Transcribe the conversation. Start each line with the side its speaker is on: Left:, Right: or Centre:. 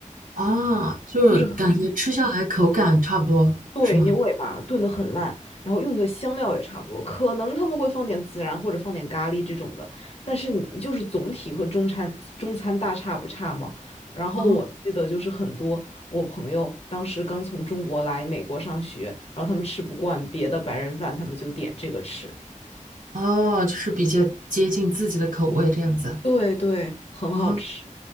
Right: 啊，就是感觉吃下来口感差不多是吗？
Left: 就是。对，牛尾巴炖得很烂，然后用的香料也差不多，可能他们会放点孜然或者放点咖喱这种的，但是你就是总体和中餐中餐大差不差嘛。然后我记得就是很多我朋友当时刚从中国来美国上学，
Right: 哦
Left: 然后他们吃不惯别的白人饭，他们就点这个吃。
Right: 哦，就是比较接近自己的口味这样子。
Left: 对对，很好吃，
Right: 啊